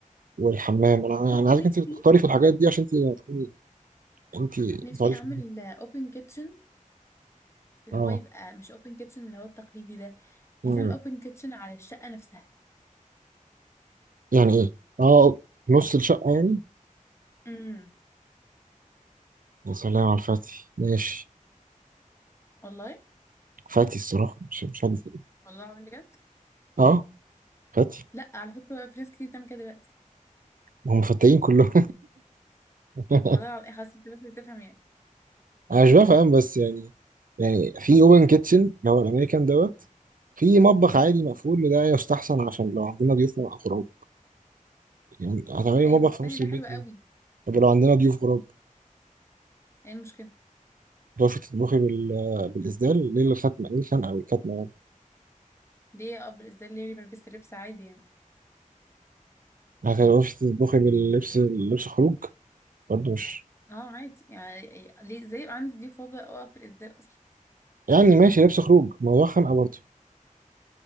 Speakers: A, on the right; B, on the left.
A: والحمام انا يعني
B: حتى
A: انا عايزك انت
B: نفسي
A: اللي تختاري في الحاجات دي عشان انت تكوني انت
B: نفسي
A: بتقعدي
B: اعمل
A: في البيت.
B: اوبن كيتشن اللي
A: اه
B: هو يبقى مش اوبن كيتشن اللي هو التقليدي ده
A: مم.
B: يعني تعمل اوبن كيتشن على الشقه نفسها
A: يعني ايه اه نص الشقه يعني
B: امم
A: يا سلام على الفتي ماشي
B: والله
A: فتي الصراحه مش مش عارف إيه.
B: والله العظيم بجد
A: اه فتي
B: لا على فكرة في ناس كتير بتعمل كده دلوقتي
A: ما هم فتاين كلهم <laughs>
B: والله العظيم حاسة انت بس بتفهم يعني
A: انا مش بفهم بس يعني يعني في اوبن كيتشن اللي هو الامريكان دوت في مطبخ
B: امم
A: عادي مقفول وده يستحسن عشان لو عندنا ضيوف او غراب يعني هتعملي
B: ايوه
A: مطبخ
B: بس التانية
A: في نص
B: ده
A: البيت
B: حلو قوي
A: طب لو عندنا ضيوف غراب
B: ايه المشكلة
A: تعرفي تطبخي بال... بالإسدال ليه الختمة ليه الخنقة والكتمة يعني
B: ليه اقف بالإزاي ليه ما لبست لبس عادي يعني
A: ما هتعرفي تطبخي باللبس لبس خروج برضه مش
B: اه عادي يعني إيه- ليه ازاي يبقى عندي دي فاضة او اقف بالإزاي اصلا
A: يعني ماشي لبس خروج ما هو خنقة برضه